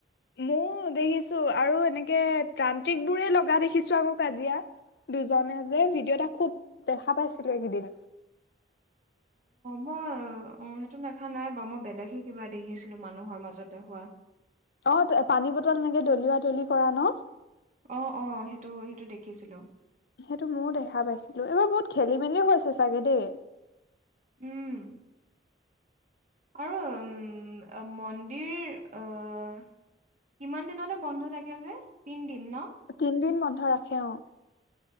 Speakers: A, on the left; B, on the right.
A: ময়ো দেখিছো, আৰু এনেকে ত্ৰান্ত্ৰিক বোৰহে লগা দেখিছো আকৌ কাজিয়াত। দুজনে যে, ভিডিঅ' এটা খুব দেখা পাইছিলো এইকেইদিন। <inaudible>
B: হ'বই, অ', সেইটো দেখা নাই বাৰু, মই বেলেগে কিবা দেখিছিলো, মানুহৰ মাজতে হোৱা।
A: অ', তে পানী বটল এনেকে দলিওৱা দলি কৰা ন'।
B: অ', অ', সেইটো, সেইটো দেখিছিলোঁ।
A: সেইটো ময়ো দেখা পাইছিলো, এইবাৰ বহুত খেলি মেলিও হৈছে চাগে দেই।
B: উম। অ', আম আম, মন্দিৰ অ' কিমান দিনলে বন্ধ থাকে যে, তিন দিন ন?
A: তিনদিন বন্ধ ৰাখে অ'।